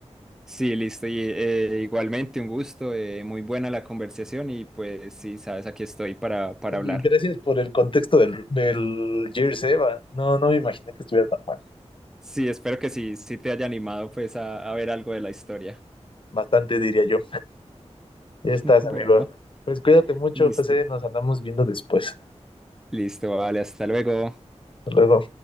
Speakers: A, in the centre; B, on the left.
A: Sí, listo, y eh, igualmente un gusto, eh, muy buena la conversación y pues sí, sabes, aquí estoy para, para hablar.
B: Y gracias por el contexto del, del Gears, eh, va. No, no me imaginé que estuviera tan bueno.
A: Sí, espero que sí, sí te haya animado pues a, a ver algo de la historia.
B: Bastante, diría yo. Ya
A: <laughs>
B: estás,
A: Bueno,
B: amigo. Pues cuídate mucho,
A: listo,
B: José. Nos andamos viendo después.
A: listo, vale, hasta luego.
B: Hasta luego.